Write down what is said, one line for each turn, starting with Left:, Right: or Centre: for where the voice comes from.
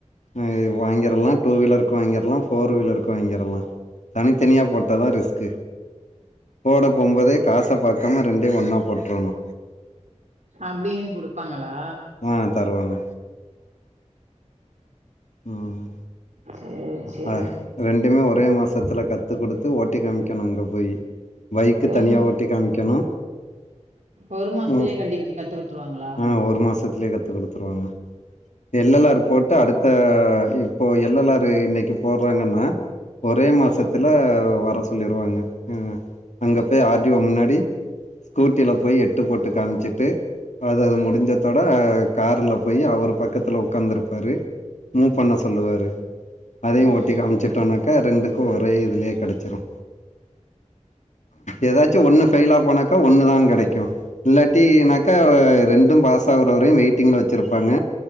Left: இது வாங்கிறலா ஆ டூ வீலருக்கு வாங்கிறலா ஃபோர் வீலருக்கு வாங்கிறலா தனித்தனியா போட்டதா ரிஸ் க் போடப்போம்போதே காச பாக்காம ரெண்டையு ஒன்னா போட்டுரனு
Right: அப்டியு குடுப்பாங்களா
Left: ஆ தருவாங்க ம்
Right: ஓ சேரி சேரி
Left: ஆ ரெண்டுமே ஒரே மாசத்துல கத்து குடுத்து ஓட்டி காமிக்கணு அங்க போய் பைக்கு
Right: ஒரு
Left: தனியா ஓட்டி காமிக்கணு
Right: ஒரு மாசத்துலயே
Left: ம்
Right: கட்டி கத்து குடுத்துருவாங்களா
Left: ஆ ஒரு மாசத்துலயே கத் து குடுத்துருவாங்க எல் எல் லார் போட்டு அடுத்த இப்போ எல் எல் லாறு இன்னக் கி போடுறாங்கன்னா ஒரே
Right: ம்
Left: மாசத்துல வர சொல்லிருவாங்க ம் அங்க போய் ஆர் டி வோ முன்னாடி ஸ்கூட்டில போய் எட்டு போட்டு காமிச்சிட்டு அது அது முடிஞ்சதோட காருல போய் அவரு பக்கத்துல உக்காந்துருப்பாரு மூவ் பண்ண சொல்லுவாரு அதையு
Right: ம்
Left: ஒட்டி காமிச்சிட்டோனாக்கா ரெண்டுக்கு ஒரே இதுலயே கிடச்சிரு ஏதாச்சு ஒண்ணு ஃபெயிலா போனாக்கா ஒண்ணுதா கிடைக்கு இல்லாட்டினாக்கா ரெண்டும் பாஸாகுறவரையு வெயிட்டிங்ல வச்சிருப் பாங்க